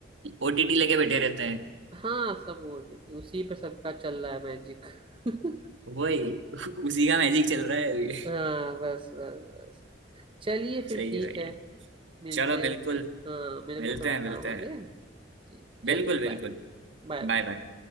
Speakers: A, on the right; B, on the right.
A: ओटीटी लेके बैठे रहते हैं
B: हाँ सब ओटीटी उसी पे सबका चल रहा है मैजिक <laughs>
A: <laughs> वही उसी का मैजिक चल रहा है अभी।
B: हाँ बस बस बस चलिए
A: <laughs>
B: फिर
A: सही
B: ठीक
A: है सही
B: है
A: है
B: मिलते
A: चलो बिल्कुल
B: हैं फिर हाँ मेरे
A: मिलते
B: को थोड़ा
A: हैं
B: काम
A: मिलते
B: आ
A: हैं
B: गया है जी,
A: बिल्कुल
B: चलिए
A: बिल्कुल
B: बाय Bye
A: Bye
B: bye
A: bye